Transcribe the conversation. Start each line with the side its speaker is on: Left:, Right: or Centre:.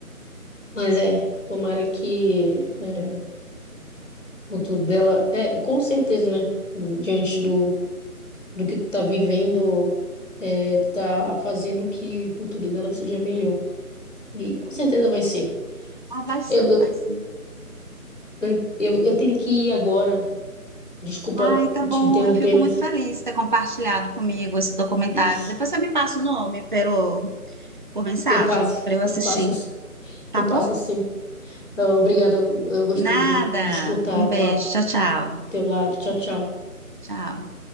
Left: Mas é, tomara que é, o futuro dela, é, com certeza, né? Diante do, do que tu tá vivendo, é, tá fazendo que o futuro dela seja melhor. E com certeza vai ser.
Right: Ah, vai sim,
Left: Eu, eu,
Right: vai sim.
Left: eu, eu eu tenho que ir agora. Desculpa
Right: Ai, tá bom.
Left: te interromper,
Right: Eu fico
Left: mas
Right: muito feliz de ter compartilhado comigo esse documentário.
Left: isso.
Right: Depois você me passa o nome pelo, por mensagem
Left: Eu passo,
Right: para eu assistir,
Left: eu passo, s-
Right: tá
Left: eu passo
Right: bom?
Left: sim. Ah, Obrigada, eu eu gostei
Right: Nada.
Left: de, de escutar
Right: Um
Left: a
Right: beijo.
Left: tua,
Right: Tchau, tchau.
Left: teu lado. Tchau, tchau.
Right: Tchau.